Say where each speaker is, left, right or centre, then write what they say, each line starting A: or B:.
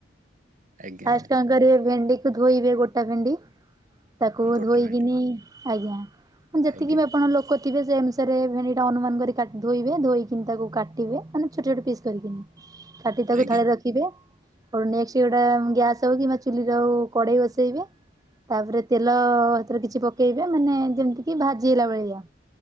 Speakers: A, on the right; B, on the right.
A: ଆଜ୍ଞା
B: ଫାଷ୍ଟ କଣ କରିବେ ଭେଣ୍ଡି କୁ ଧୋଇବେ ଗୋଟା ଭେଣ୍ଡି ତାକୁ
A: ଗୋଟେ
B: ଧୋଇକିନି
A: ମିନିଟ୍
B: ଆଜ୍ଞା ମୁଁ ଯେତିକି
A: ଆଜ୍ଞା
B: ବି ଆପଣ ଲୋକ ଥିବେ ସେ ଅନୁସାରେ ଭେଣ୍ଡି ଟା ଅନୁମାନ କରି ଧୋଇବେ ଧୋଇକି ତାକୁ କାଟିବେ ମାନେ ଛୋଟ ଛୋଟ ପିସ୍ କରିକିନି। କାଟି ତାକୁ
A: ଆଜ୍ଞା
B: ଥାଳିରେ ରଖିବେ ଆଉ ନଷ୍ଟେ ୟର ସେଟା ଗ୍ୟାସ ହୋଉ କିମ୍ବା ଚୁଲି ହୋଉ କଡେଇ ବସେଇବେ ତାପରେ ତେଲ ସେଥିରେ କିଛି ପକେଇବେ ମାନେ ଯେମିତି କି ଭାଜି ହେଲା ଭଳିଆ।